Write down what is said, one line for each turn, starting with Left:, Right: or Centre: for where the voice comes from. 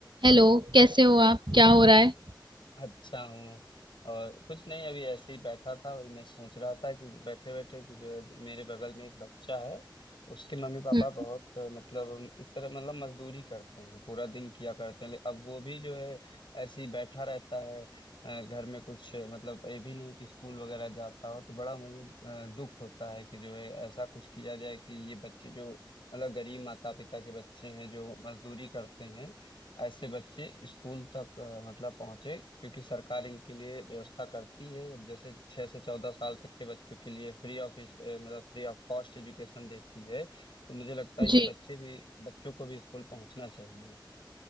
Right: Hello कैसे हो आप क्या हो रहा है
Left: अच्छा हूँ और कुछ नहीं अभी ऐसे ही बैठा था वही मैं सोच रहा था कि बैठे बैठे कि जो है मेरे बगल में एक बच्चा है उसके मम्मी पापा
Right: हम्म,
Left: बहुत अ, मतलब इस तरह मतलब मजदूरी करते हैं पूरा दिन किया करते हैं ले- अब वो भी जो है ऐसे ही बैठा रहता है अ, घर में कुछ अ, मतलब ये भी नहीं कि स्कूल वगैरह जाता हो तो बड़ा मुझे अ, दुख होता है कि जो है ऐसा कुछ किया जाए कि ये बच्चे जो मतलब गरीब माता पिता के बच्चे हैं जो मजदूरी करते हैं ऐसे बच्चे स्कूल तक अ, मतलब पहुंचे क्योंकि सरकार इनके लिए व्यवस्था करती है अब जैसे छह से चौदह साल तक के बच्चों के लिए फ्री ऑफ मतलब फ्री ऑफ कॉस्ट एजुकेशन देती है तो मुझे लगता है ये
Right: जी
Left: बच्चे भी बच्चों को भी स्कूल पहुंचना चाहिए